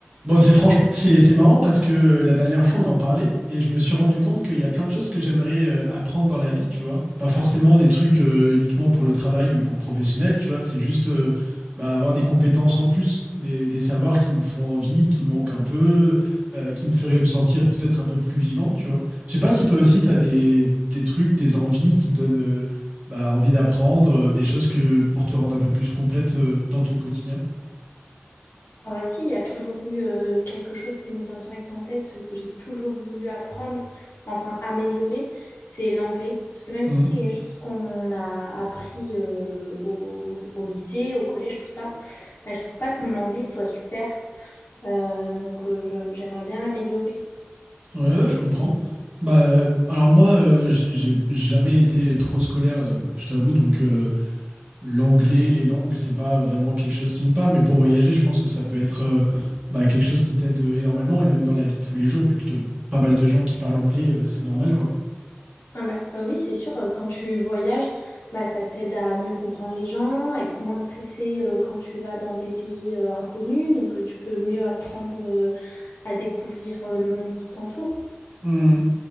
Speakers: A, on the right; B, on the left.
A: Bon, c'est franchement, c'est c'est marrant parce que la dernière fois, on en parlait et je me suis rendu compte qu'il y a plein de choses que j'aimerais euh, apprendre dans la vie, tu vois. Pas forcément des trucs euh, uniquement pour le travail ou pour professionnel, tu vois. C'est juste euh, bah, avoir des compétences en plus, des, des savoirs qui me font envie, qui me manquent un peu, euh, qui me feraient me sentir peut-être un peu plus vivant, tu vois. Je sais pas si toi aussi, tu as des, des trucs, des envies qui te donnent euh, bah, envie d'apprendre, euh, des choses que pour te rendre un peu plus complète euh, dans ton quotidien.
B: En vrai, si, il y a toujours eu euh, quelque chose qui me vient direct en tête, euh, que j'ai toujours voulu apprendre, enfin améliorer, c'est l'anglais. Parce que même
A: Mhm.
B: si c'est quelque chose qu'on a appris euh, au, au lycée, au collège, tout ça, mais je trouve pas que mon anglais soit super. Euh, donc euh, je- j'aimerais bien l'améliorer.
A: Ouais, ouais, je comprends. Bah, euh, alors moi, euh, j- j'ai jamais été trop scolaire, euh, je t'avoue, donc euh, l'anglais, les langues, c'est pas vraiment quelque chose qui me parle, mais pour voyager, je pense que ça peut être euh, bah, quelque chose qui t'aide euh, énormément, et même dans la vie de tous les jours, vu que de- pas mal de gens qui parlent anglais, euh, c'est normal, quoi.
B: Ah bah, euh, oui, c'est sûr, euh, quand tu voyages, bah, ça t'aide à mieux comprendre les gens, à être moins stressé euh, quand tu vas dans des pays euh, inconnus, donc euh, tu peux mieux apprendre euh, à découvrir euh, le monde qui t'entoure.
A: Mhm.